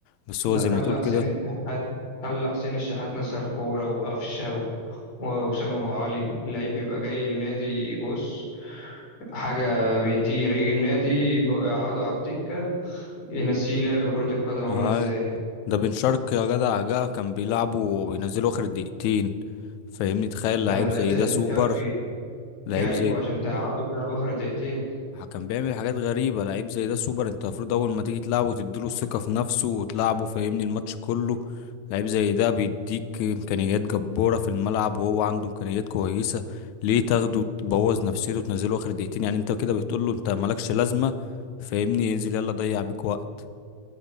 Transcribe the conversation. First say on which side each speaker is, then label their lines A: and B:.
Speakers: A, on the left (about 80°); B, on the left (about 60°).
A: بس
B: ده
A: هو زي
B: خلى
A: ما تقول
B: حسين
A: كده
B: الشحات خلى حسين الشحات نسى الكورة وقفشة و- وأسامة أبو علي اللعيب بيبقى جاي النادي بص حاجة بيطير يجي النادي يبقوا يقعدوا على الدكة ينسيه لعب كرة القدم عاملة
A: هاي
B: ازاي
A: ده بن شرقي يا جدع جه كان بيلعبه وبينزله اخر دقيقتين فاهمني تخيل لعيب
B: يعني لعيب
A: زي
B: زي
A: ده
B: بن
A: سوبر
B: شرقي جايبه
A: لعيب زي
B: عشان تقعده في لعب آخر دقيقتين
A: ده كان بيعمل حاجات غريبة لعيب زي ده سوبر انت المفروض اول ما تيجي تلعبه تديله الثقة في نفسه وتلعبه فاهمني الماتش كله لعيب زي ده بيديك امكانيات جبارة في الملعب وهو عنده امكانيات كويسة ليه تاخده تبوظ نفسيته وتنزله اخر دقيقتين يعني انت كده بتقول له انت مالكش لازمة فاهمني انزل يلا ضيع بيك وقت